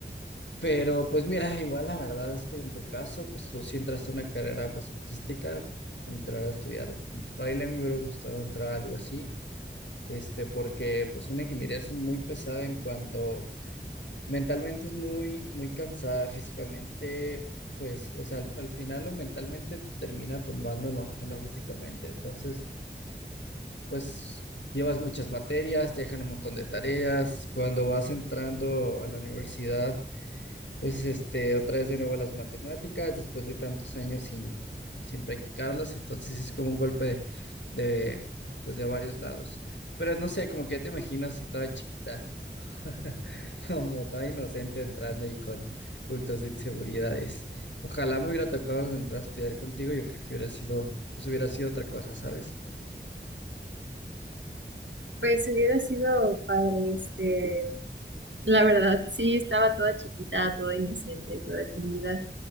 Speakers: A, on the left (about 75°); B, on the right (about 75°).
A: Pero pues mira, igual la verdad es que en tu caso, pues tú sí entraste a una carrera pues artística, entrar a estudiar baile, me hubiera gustado entrar a algo así, este, porque pues una ingeniería es muy pesada en cuanto mentalmente es muy, muy cansada físicamente, pues, o sea, al, al final lo mentalmente termina tumbando en lo, en lo físicamente, entonces, pues llevas muchas materias, te dejan un montón de tareas, cuando vas entrando a la universidad pues este, otra vez de nuevo a las matemáticas, después de tantos años sin, sin practicarlas, entonces es como un golpe de, de, pues de varios lados. Pero no sé, como que te imagino si toda chiquita, <laughs> como toda inocente entrando y con cultos de inseguridades. Ojalá me hubiera tocado entrar a estudiar contigo, yo creo que hubiera sido, pues hubiera sido otra cosa, ¿sabes?
B: pues hubiera sido padre este. La verdad, sí, estaba toda chiquita, toda inocente, toda tímida.